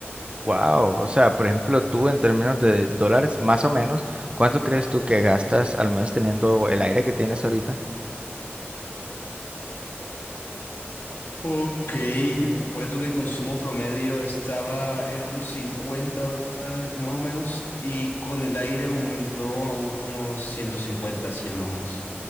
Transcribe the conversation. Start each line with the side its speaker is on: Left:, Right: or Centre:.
Right: Wow. O sea, por ejemplo, tú en términos de dólares, más o menos, ¿cuánto crees tú que gastas al mes teniendo el aire que tienes ahorita?
Left: Ok, por tú que el consumo promedio estaba en unos 50 dólares más o menos y con el aire aumentó a unos 150, 100 más o menos.